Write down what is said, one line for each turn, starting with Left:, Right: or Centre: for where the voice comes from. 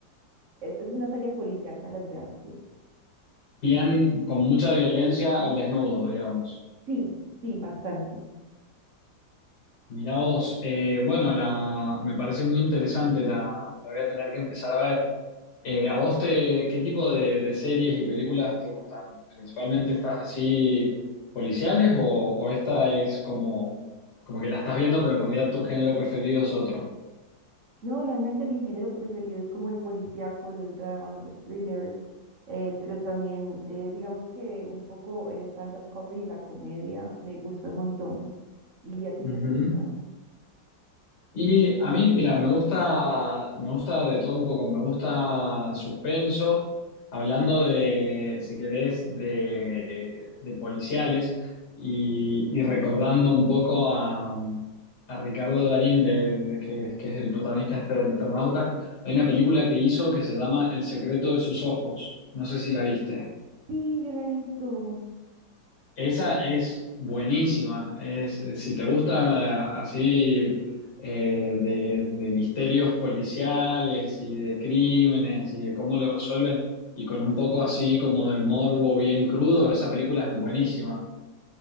Right: es, es una serie policíaca las de antes.
Left: Bien, con mucha violencia al desnudo, digamos.
Right: Sí, sí, bastante.
Left: Mirá vos, eh, bueno, la, me parece muy interesante, la, la voy a tener que empezar a ver. Eh, ¿a vos te, qué tipo de, de series y películas te gustan? ¿Principalmente estás así policiales o, o esta es como, como que la estás viendo, pero en realidad tu género preferido es otro?
Right: No, realmente mi género preferido es como el policíaco, los dramas, los thrillers, eh, pero también eh, digamos que un poco el stand-up comedy y la comedia me gusta un montón. ¿Y a ti
Left: Ujú.
Right: qué te gusta?
Left: Y a mí, mira, me gusta, me gusta de todo un poco, me gusta suspenso, hablando de, si querés, de, de policiales y, y recordando un poco a, a Ricardo Darín, de, de- que, que es el protagonista este del Eternauta, hay una película que hizo que se llama El secreto de sus ojos, no sé si la viste.
Right: Sí, yo la he visto.
Left: Esa es buenísima. Es, eh, si te gustan eh, así eh, de, de misterios policiales y de crímenes y de cómo lo resuelven, y con un poco así como de morbo bien crudo, esa película es buenísima.